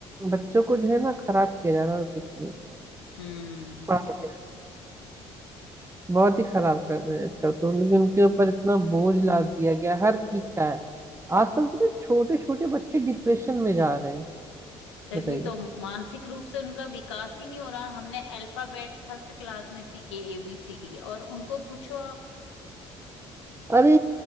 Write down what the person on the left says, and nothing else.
हम्म
तभी
तो मानसिक रूप से उनका विकास ही नहीं हो रहा हमने अल्फाबेट फर्स्ट क्लास में सीखे ए बी सी डी और उनको पूछो आप